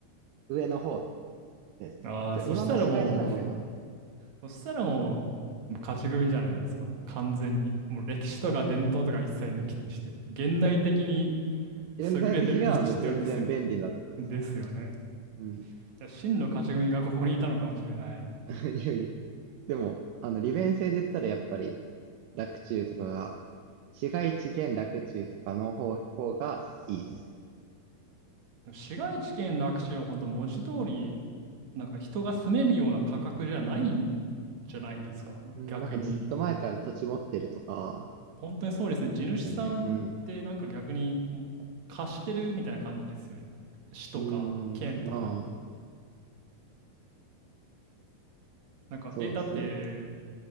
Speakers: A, on the right; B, on the right.
A: 上の方ですね。
B: ああー、
A: きょ今の市街地の上の方。
B: そしたらもそしたらもう、もう勝ち組じゃないですか。もう完全に。もう歴史とか伝統とか一切抜きにして。現代的に
A: 現代的にはあの全然便利なとこです。
B: 優れてる立地ってことですよね。ですよね。
A: うん。
B: いや真の勝ち組がここにいたのかもしれない。
A: <laughs> いやいや。でも、あの利便性で言ったらやっぱり洛中とかが、市街地兼洛中とかの方、方がいいです。
B: 市街地圏楽地は本当文字通り、なんか人が住めるような価格じゃないんじゃないですか。
A: うん、
B: 逆に。
A: なんかずっと前から土地持ってるとか、
B: 本当にそうですね。地主さんってなんか逆にうん貸してるみたいな感じですよね。
A: よね。うん。
B: 市とか県とかに。
A: うーん、かな。
B: なんか、
A: そうですね。
B: え、だって、
A: あ